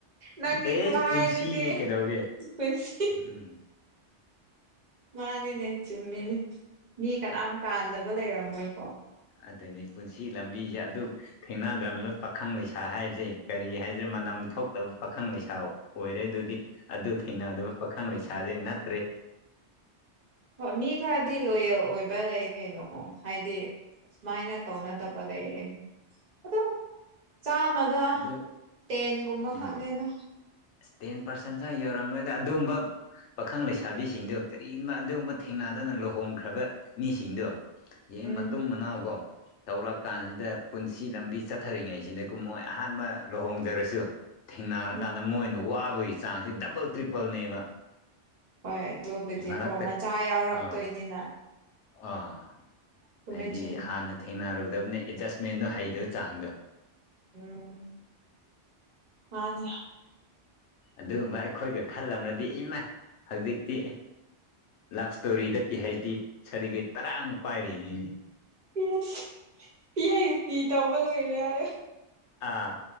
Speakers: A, on the right; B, on the left.
A: ꯅꯪꯒꯤ
B: ꯑꯦꯁ
A: ꯈꯨꯍꯥꯏꯗꯨꯗꯤ
B: ꯄꯨꯟꯁꯤꯅꯤ ꯀꯩꯗꯧꯒꯦ
A: ꯄꯩꯏꯁꯤ
B: ꯎꯝ
A: ꯃꯥꯅꯤꯅꯦ ꯆꯨꯝꯃꯤꯅꯦ ꯃꯤ ꯀꯅꯥꯝ ꯀꯥꯟꯗꯕ ꯂꯩꯔꯝꯃꯣꯏꯀꯣ
B: ꯑꯗꯨꯅꯤ ꯄꯨꯟꯁꯤ ꯂꯝꯕꯤꯁꯦ ꯑꯗꯨꯝ ꯊꯦꯡꯅꯗ꯭ꯔꯕ ꯄꯥꯈꯪ ꯂꯩꯁꯥ ꯍꯥꯏꯁꯦ ꯀꯔꯤ ꯍꯥꯏꯁꯤ ꯃꯅꯝ ꯊꯣꯛꯇꯕ ꯄꯥꯈꯪ ꯂꯩꯁꯥ ꯑꯣꯏꯔꯦ ꯑꯗꯨꯗꯤ ꯑꯗꯨ ꯊꯦꯡꯅꯗꯕ ꯄꯥꯈꯪ ꯂꯩꯁꯥꯗꯤ ꯅꯠꯇ꯭ꯔꯦ
A: ꯍꯣꯏ ꯃꯤ ꯈꯔꯗꯤ ꯂꯣꯌꯦꯜ ꯑꯣꯏꯕ ꯂꯩ ꯀꯩꯅꯣ ꯍꯥꯏꯗꯤ ꯁꯨꯃꯥꯏꯅ ꯇꯧꯅꯗꯕ ꯂꯩꯌꯦ ꯑꯗꯨꯕꯨ ꯆꯥꯝꯃ ꯗ
B: ꯑꯗꯨ
A: ꯇꯦꯟꯒꯨꯝꯕ
B: ꯎꯝ
A: ꯈꯛꯅꯦꯗ
B: ꯑꯁ ꯇꯦꯟ ꯄꯥꯔꯁꯦꯟꯁꯨ ꯌꯧꯔꯝꯃꫭꯏꯗ ꯑꯗꯨꯝꯕꯥꯛ ꯄꯥꯈꯪ ꯂꯩꯁꯥꯕꯤꯁꯤꯡꯗꯣ ꯀꯔꯤꯒꯨꯝꯕ ꯑꯗꯨꯒꯨꯝꯕ ꯊꯦꯡꯅꯗꯅ ꯂꯨꯍꯣꯡꯈ꯭ꯔꯕ ꯃꯤꯁꯤꯡꯗꯣ ꯌꯦꯡ
A: ꯎꯝ
B: ꯃꯇꯨꯡ ꯃꯅꯥꯎꯒꯣ ꯇꯧꯔ ꯀꯥꯟꯁꯤꯗ ꯄꯨꯟꯁꯤ ꯂꯝꯕꯤ ꯆꯠꯊꯔꯤꯉꯩꯁꯤꯗꯒ ꯃꯣꯏ ꯑꯍꯥꯟꯕ ꯂꯨꯍꯣꯡꯖꯔꯁꯨ ꯊꯦꯡꯅꯔꯀꯥꯟꯗ
A: ꯎꯝ
B: ꯃꯣꯏꯅ ꯋꯥꯕꯒꯤ ꯆꯥꯡꯁꯦ ꯗꯕꯜ ꯇ꯭ꯔꯤꯄꯜꯅꯦꯕ
A: ꯍꯣꯏ ꯑꯗꯨꯕꯨꯗꯤꯀꯣ
B: ꯃꯔꯛꯇ
A: ꯃꯆꯥ ꯌꯥꯎꯔꯛꯇꯣꯏꯅꯤꯅ
B: ꯑꯥ ꯑꯥ
A: ꯆꯨꯝꯃꯦ
B: ꯍꯥꯏꯗꯤ
A: ꯆꯨꯝꯃꯦ
B: ꯍꯥꯟꯅ ꯊꯦꯡꯅꯔꯨꯗꯕꯅꯦ ꯑꯦꯠꯖꯁꯃꯦꯟꯗꯣ ꯍꯩꯗꯕ ꯆꯥꯡꯗꯣ
A: ꯎꯝ ꯃꯥꯅꯦ
B: ꯑꯗꯨꯒꯨꯝꯕ ꯑꯩꯈꯣꯏꯒ ꯈꯜꯂꯝꯃꯗꯤ ꯏꯃꯥꯏ ꯍꯧꯖꯤꯛꯇꯤ ꯂꯞ ꯏꯁꯇꯣꯔꯤꯗ ꯄꯤ ꯍꯩꯆ ꯗꯤ ꯁꯥꯔꯇꯤꯐꯤꯀꯦꯠ ꯇꯔꯥꯃꯨꯛ ꯄꯥꯏꯔꯤꯅꯤꯅꯦ
A: ꯌꯦꯁꯠ ꯄꯤ ꯍꯩꯆ ꯗꯤ ꯇꯧꯕ ꯂꯣꯏꯔꯦ ꯍꯥꯢꯌꫭ
B: ꯑꯥ